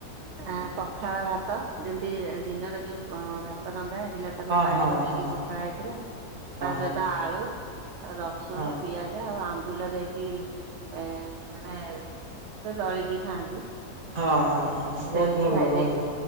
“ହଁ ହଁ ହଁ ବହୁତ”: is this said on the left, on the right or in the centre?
Right